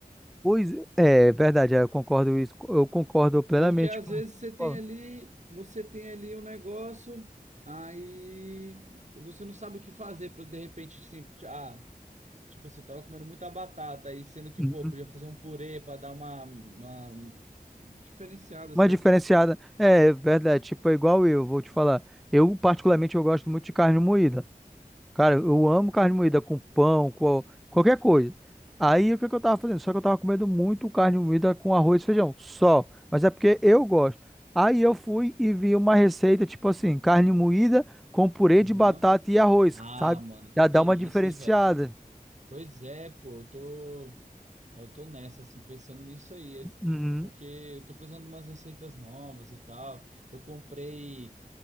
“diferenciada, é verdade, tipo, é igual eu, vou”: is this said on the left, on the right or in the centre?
Centre